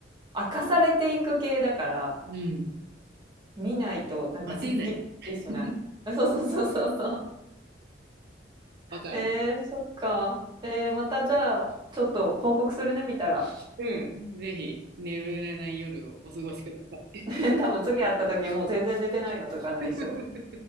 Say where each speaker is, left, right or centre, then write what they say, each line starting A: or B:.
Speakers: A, on the right; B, on the right.
A: 明かされていく系だから、
B: うん。
A: 見ないとなんかすっきりしない。
B: 待てない。<laughs>
A: <laughs> そうそうそうそうそう。
B: わかる。
A: えー、そっか。えー、またじゃあ、ちょっと報告するね、見たら。
B: うん。ぜひ、眠れない夜をお過ごしください。
A: ね、多分次会った時もう全然寝てないのとかなりそう。
B: <laughs>